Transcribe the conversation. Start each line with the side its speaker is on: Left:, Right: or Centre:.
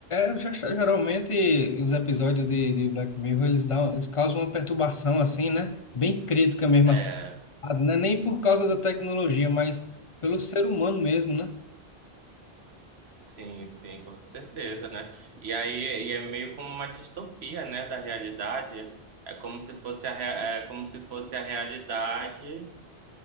Left: é, ge- geralmente os episódios de, de Black Mirror, eles dão, eles causam uma perturbação assim, né? Bem crítica mesmo,
Right: É,
Left: assim, não é nem por causa da tecnologia, mas pelo ser humano mesmo, né?
Right: sim, sim, com certeza, né? E aí é- e é meio como uma distopia, né, da realidade. É como se fosse a, rea- é como se fosse a realidade